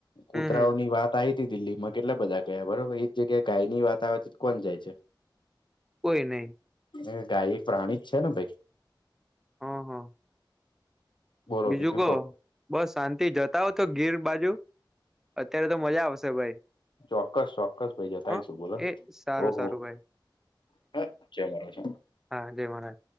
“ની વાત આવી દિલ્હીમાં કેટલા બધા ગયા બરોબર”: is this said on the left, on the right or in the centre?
Left